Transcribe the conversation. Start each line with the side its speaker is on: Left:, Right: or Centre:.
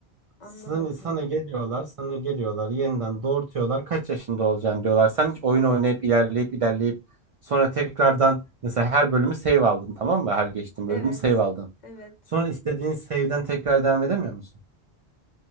Left: Anlamadım.
Right: Sana, sana geliyorlar, sana geliyorlar, yeniden doğurtuyorlar. Kaç yaşında olacaksın diyorlar. Sen hiç oyun oynayıp ilerleyip ilerleyip sonra tekrardan mesela her bölümü save aldın tamam mı? Her geçtiğin
Left: Evet.
Right: bölümü save aldın.
Left: Evet.
Right: Sonra istediğin save'den tekrar devam edemiyor musun?